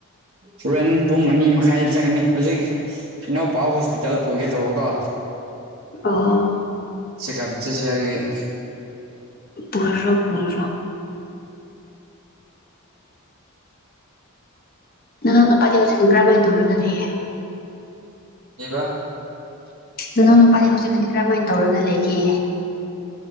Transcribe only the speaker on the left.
ꯑ
ꯄꯔꯣ ꯄꯔꯣ ꯅꯅꯥꯪ ꯅꯄꯥꯗꯤ ꯍꯧꯖꯤꯛ ꯀꯔꯝꯥꯏꯅ ꯇꯧꯔꯒ ꯂꯩꯌꯦꯦ
ꯅꯅꯥꯎ ꯅꯨꯨꯄꯥꯗꯤ ꯍꯧꯖꯤꯛꯀꯗꯤ ꯀꯔꯝꯃꯥꯏꯅ ꯇꯧꯔꯒ ꯂꯩꯒꯦ